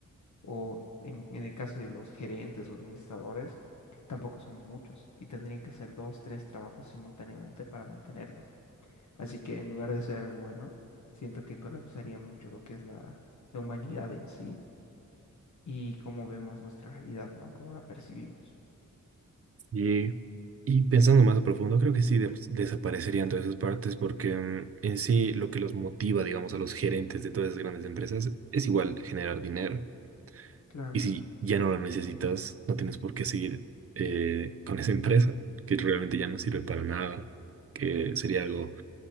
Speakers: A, on the left; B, on the right.
A: o en, en el caso de los gerentes o administradores, tampoco son muchos y tendrían que hacer dos, tres trabajos simultáneamente para mantenerlos. Así que en lugar de ser algo bueno, siento que colapsaría mucho lo que es la, la humanidad en sí y cómo vemos nuestra realidad, ¿no? Cómo la percibimos.
B: Y, y pensando más a profundo, creo que sí de- desaparecerían todas esas partes porque mm, en sí lo que los motiva, digamos, a los gerentes de todas esas grandes empresas es igual generar dinero.
A: Claro,
B: Y si ya no lo necesitas, no tienes por qué seguir eh, con esa empresa, que realmente ya no sirve para nada, que sería algo